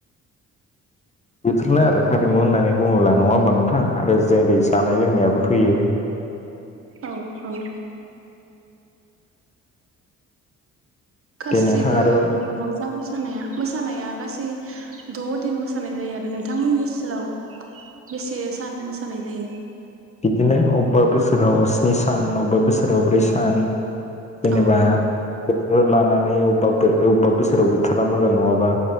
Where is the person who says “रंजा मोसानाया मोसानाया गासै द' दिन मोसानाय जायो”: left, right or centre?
Right